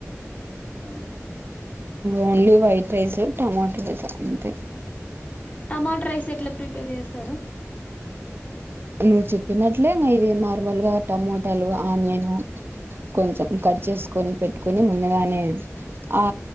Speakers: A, on the left; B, on the right.
A: అవునా
B: only white rice tomato rice అంతే
A: టమాటా రైస్ ఎట్లా ప్రిపేర్ జేస్తారు
B: నువ్వు చెప్పినట్లే ఇవి నార్మల్ గా టమోటాలు ఆనియన్ కొంచెం కట్ చేసుకొని పెట్టుకొని ముందుగానే ఆ